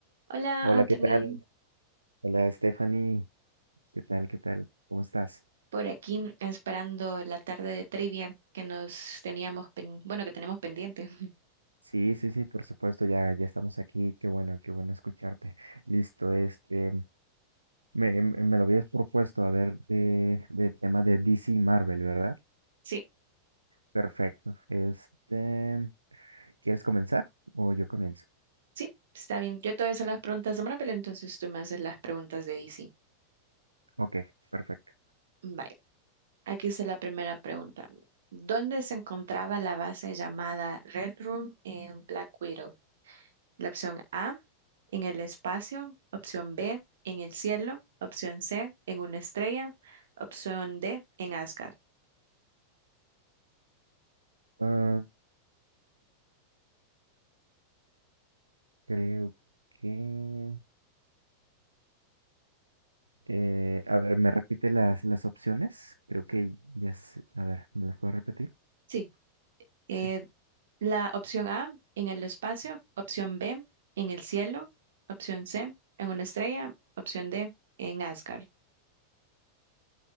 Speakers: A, on the right; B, on the right.
A: Hola,
B: Hola,
A: Anthony,
B: ¿qué tal? Hola, Stephanie. ¿Qué tal? ¿Qué tal? ¿Cómo estás?
A: por aquí mm, esperando la tarde de trivia que nos teníamos, pen- bueno, que tenemos pendiente. <laughs>
B: Sí, sí, sí, por supuesto, ya, ya estamos aquí. Qué bueno, qué bueno escucharte. Listo, este, me, me me lo habías propuesto, a ver, de, de tema de DC y Marvel, ¿verdad?
A: Sí,
B: Perfecto. Este, ¿quieres comenzar o yo comienzo?
A: sí, está bien. Yo te voy a hacer las preguntas de Marvel, entonces tú me haces las preguntas de DC.
B: Ok, perfecto.
A: Vale, aquí está la primera pregunta. ¿Dónde se encontraba la base llamada Red Room en Black Widow? La opción A, en el espacio, opción B, en el cielo, opción C, en una estrella, opción D, en Asgard.
B: Ah, creo que... eh, a ver, ¿me repite las, las opciones? Creo que ya sé. A ver, ¿me las puedo repetir?
A: Sí. eh,
B: Sí.
A: La opción A, en el espacio. Opción B, en el cielo. Opción C, en una estrella. Opción D, en Asgard.